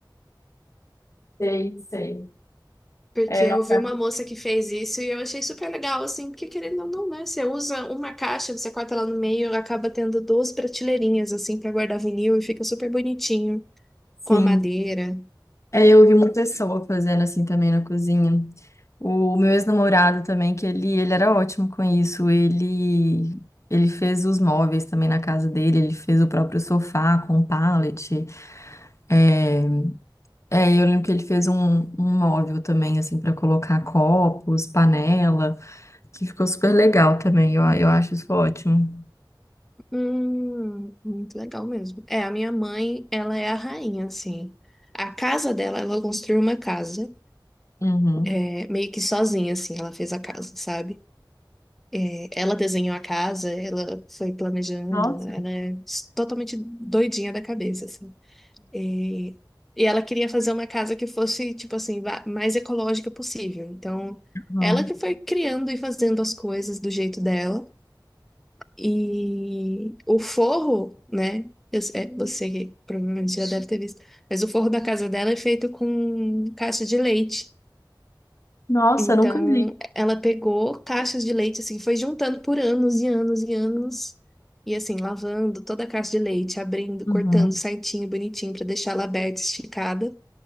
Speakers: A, on the left (about 40°); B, in the centre.
A: Sei, sei.
B: Porque
A: É,
B: eu
A: nossa,
B: vi uma moça que fez isso e eu achei super legal, assim, porque querendo ou não, né? Você usa uma caixa, você corta ela no meio, acaba tendo duas prateleirinhas, assim, pra guardar vinil e fica super bonitinho,
A: Sim.
B: com a madeira.
A: É, eu vi uma pessoa fazendo assim também na cozinha. O meu ex-namorado também, que ele, ele era ótimo com isso. Ele, ele fez os móveis também na casa dele, ele fez o próprio sofá com pallet. É, é, eu lembro que ele fez um, um móvel também, assim, para colocar copos, panela, que ficou super legal também. Eu, eu acho isso ótimo.
B: Hum, muito legal mesmo. É, a minha mãe, ela é a rainha, assim. A casa dela, ela construiu uma casa,
A: Uhum.
B: é, meio que sozinha, assim, ela fez a casa, sabe? É, Ela desenhou a casa, ela foi planejando,
A: Nossa.
B: ela é totalmente doidinha da cabeça, assim. E, e ela queria fazer uma casa que fosse, tipo assim, va- mais ecológica possível. Então,
A: Uhum.
B: ela que foi criando e fazendo as coisas do jeito dela. E o forro, né? eu é, você que provavelmente já deve ter visto, mas o forro da casa dela é feito com caixa de leite.
A: Nossa,
B: Então,
A: eu nunca vi.
B: ela pegou caixas de leite, assim, foi juntando por anos e anos e anos. E assim, lavando toda a caixa de leite, abrindo,
A: Uhum.
B: cortando certinho, bonitinho, para deixar ela aberta, esticada.